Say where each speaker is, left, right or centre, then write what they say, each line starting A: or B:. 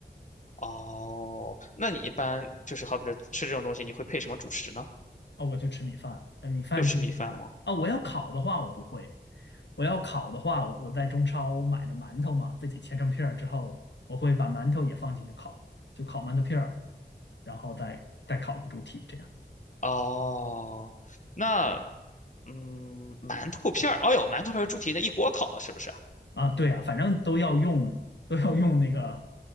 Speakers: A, on the left; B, on the left.
A: 哦，那你一般就是好比说吃这种东西，你会配什么主食呢？
B: 哦，我就吃米饭，那米饭最简单啊。
A: 就吃米饭吗？
B: 我要烤的话，我不会。我要烤的话，我在中超买的馒头嘛，自己切成片儿之后，我会把馒头也放进去烤，就烤馒头片儿，然后再再烤个猪蹄这样
A: 哦，那嗯，馒头片儿，哎呦，馒头片儿猪蹄那一锅烤了，是不是？
B: 啊。对啊，反正都要用都要用那个